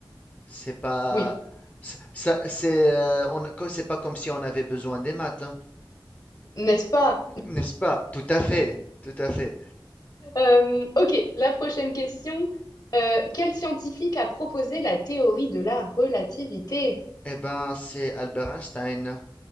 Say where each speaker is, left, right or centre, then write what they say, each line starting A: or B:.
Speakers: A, on the left; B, on the left.
A: c'est pas,
B: Oui,
A: c'est- ça, c'est, euh, on, co- c'est pas comme si on avait besoin des maths, hein,
B: n'est-ce pas?
A: n'est-ce pas? Tout à fait, tout à fait.
B: Euh, ok, la prochaine question. Euh, quel scientifique a proposé la théorie de la relativité?
A: Eh ben, c'est Albert Einstein,